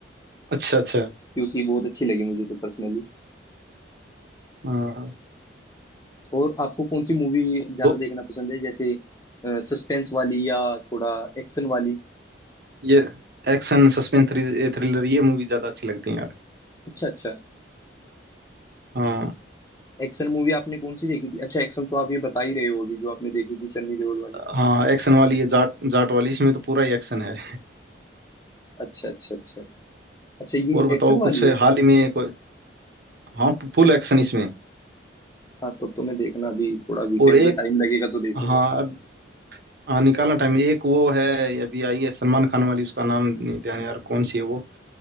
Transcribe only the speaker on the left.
क्योंकि बहुत अच्छी लगी मुझे तो पर्सनली
और आपको कौन सी मूवी ज्यादा
देखना पसंद है जैसे सस्पेंस वाली या थोड़ा एक्शन वाली
अच्छा अच्छा
एक्शन मूवी आपने कौन सी देखी थी अच्छा एक्शन तो आप ये बता ही रहे हो अभी जो आपने देखी थी सन्नी देओल वाली
अच्छा अच्छा अच्छा अच्छा ये
एक्शन वाली
है
हाँ तब तो, तो मैं देखना अभी थोड़ा वीकेंड
पे टाइम लगेगा तो देखूंगा